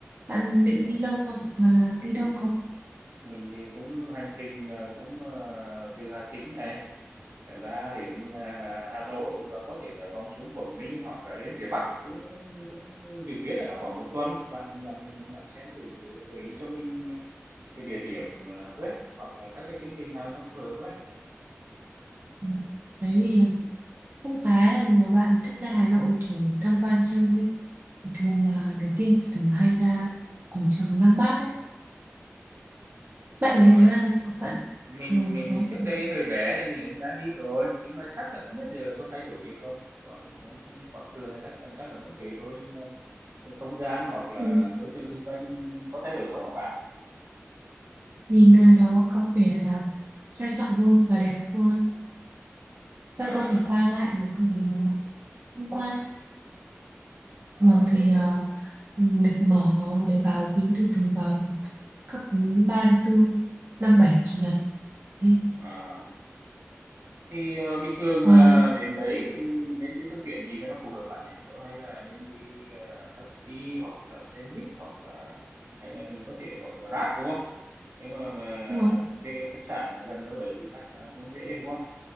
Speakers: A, on the right; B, on the right.
A: bạn định đi lâu không hoặc là đi
B: Ừ,
A: đông không
B: Mình thì cũng hành trình là cũng ờ, từ Hà Tĩnh này ra đến ờ, Hà Nội và có thể là vòng xuống Quảng Ninh hoặc là lên phía Bắc cũng cũng, cũng dự kiến là trong khoảng một tuần. Bạn bạn bạn xem thử gợi ý cho mình Cái địa điểm, ờ, với, hoặc là các cái chương trình nào nó phù hợp với.
A: Ừ. đấy thì ờ, cũng khá là nhiều bạn thích ra Hà Nội kiểu tham quan chơi ấy Thì thường là đầu tiên thì thường hay ra quảng trường Lăng Bác ấy
B: Đúng
A: bạn
B: rồi,
A: đến đấy bao giờ chưa bạn
B: mình
A: ừ,
B: mình
A: đấy
B: trước đây thời bé thì mình cũng đã đi rồi, nhưng mà chắc là không biết giờ nó có thay đổi nhiều không? Quảng không không quảng trường thì chắc chắc là vẫn thế thôi, nhưng mà cái không gian hoặc là
A: ừ.
B: môi trường xung quanh có thay đổi không ạ bạn?
A: nhìn nơi đó có vẻ là trang trọng hơn và đẹp hơn
B: À,
A: bạn có thể qua lại để có thể uh, tham quan
B: à,
A: Thường thì
B: thế thì
A: ờ, lịch mở để vào viếng thì thường vào các thứ ba thứ tư năm bảy chủ nhật hay
B: à. Thì, ờ, bình thường
A: hoặc
B: mà
A: là
B: đến đấy thì mình nên đi phương tiện gì cho nó phù hợp bạn nhỉ? Nếu hay là nên đi, ờ, taxi hoặc là xe buýt hoặc là hay là mình có thể gọi Grab, đúng không? Nếu mà mà
A: đúng không?
B: thuê khách sạn ở gần đâu đấy thì chắc, ờ, cũng dễ, đúng không?